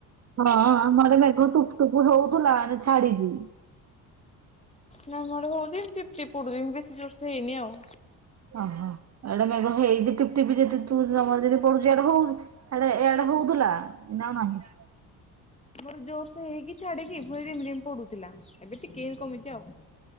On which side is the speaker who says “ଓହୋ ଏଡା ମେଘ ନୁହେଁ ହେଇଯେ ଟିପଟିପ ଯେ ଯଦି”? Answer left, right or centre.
Right